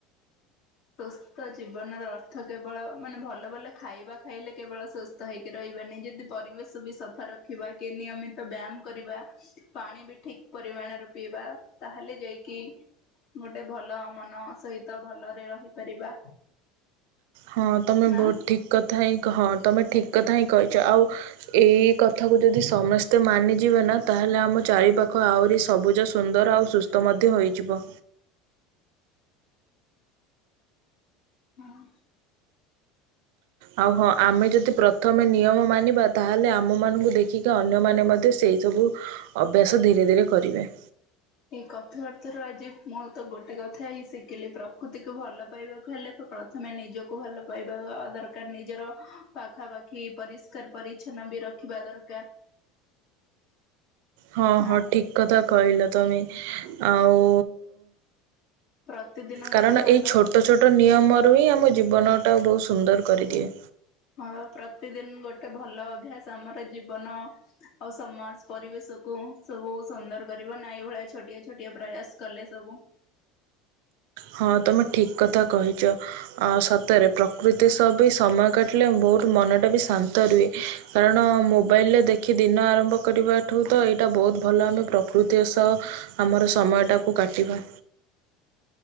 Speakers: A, on the left; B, on the right.
A: ସୁସ୍ଥ ଜୀବନ ର ଅର୍ଥ କେବଳ ମାନେ ଭଲ ଭଲ ଖାଇବା ଖାଇଲେ କେବଳ ସୁସ୍ଥ ହେଇକି ରହିବାନି। ଯଦି ପରିବେଶ ବି ସଫା ରଖିବା କି ନିୟମିତ ବ୍ୟାୟାମ କରିବା ପାଣି ବି ଠିକ ପରିମାଣରେ ପିଇବା, ତାହେଲେ ଯାଇକି ଗୋଟେ ଭଲ ମନ ସହିତ ଭଲରେ ରହିପାରିବା।
B: ହଁ ତମେ
A: ନା
B: ବହୁତ ଠିକ କଥା ହିଁ ହଁ ତମେ ଠିକ କଥା ହିଁ କହିଛ। ଆଉ ଏଇ କଥାକୁ ଯଦି ସମସ୍ତେ ମାନିଯିବେ ନା, ତାହେଲେ ଆମ ଚାରି ପାାଖ ଆହୁରି ସବୁଜ ସୁନ୍ଦର ଆଉ ସୁସ୍ଥ ମଧ୍ୟ ହୋଇଯିବ।
A: ହୁଁ।
B: ଆଉ ହଁ ଆମେ ଯଦି ପ୍ର ପ୍ରଥମେ ନିୟମ ମାନିବା ତାହେଲେ ଆମ ମାନଙ୍କୁ ଦେଖିକି ଅନ୍ୟମାନେ ମଧ୍ୟ ସେଇ ସବୁ ଅଭ୍ୟାସ ଧୀରେ ଧୀରେ କରିବେ।
A: ଏଇ କଥାବାର୍ତ୍ତା ରୁ ଆଜି ମୁଁ ତ ଗୋଟେ କଥା ହିଁ ଶିଖିଲି, ପ୍ରକୃତିକୁ ଭଲ ପାଇବା ହେଲେ ତ ପ୍ରଥମେ ନିଜକୁ ଭଲ ପାଇବା ଦରକାର। ନିଜର ପାଖାପାଖି ପରିଷ୍କାର ପରିଚ୍ଛନ୍ନ ବି ରଖିବା ଦରକାର।
B: ହଁ
A: ନା
B: ହଁ ଠିକ କଥା କହିଲ ତମେ। ଆଉ
A: ପ୍ରତିଦିନ ଗୋଟେ
B: କାରଣ
A: ଭଲ
B: ଏଇ ଛୋଟ ଛୋଟ ନିୟମରୁ ହିଁ ଆମ ଜୀବନ ଟା ବହୁତ ସୁନ୍ଦର କରିଦିଏ।
A: ହଁ ପ୍ରତିଦିନ ଗୋଟେ ଭଲ ଅଭ୍ୟାସ ଆମର ଜୀବନ ଆଉ ସମାଜ, ପରିବେଶ କୁ ସବୁ ସୁନ୍ଦର କରିବ ନା ଏଇ ଭଳିଆ ଛୋଟିଆ ଛୋଟିଆ ପ୍ରୟାସ କଲେ ସବୁ।
B: ହଁ ତମେ ଠିକ କଥା କହିଛ। ଆଉ ସତରେ ପ୍ରକୃତି ସହ ବି ସମୟ କାଟିଲେ ବହୁତ ମନଟା ବି ଶାନ୍ତ ରୁହେ। କାରଣ ମୋବାଇଲରେ ଦେଖି ଦିନ ଆରମ୍ଭ କରିବାଠୁ ତ ଏଇଟା ବହୁତ ଭଲ, ଆମେ ପ୍ରକୃତିର ସହ ଆମର ସମୟଟାକୁ କାଟିବା।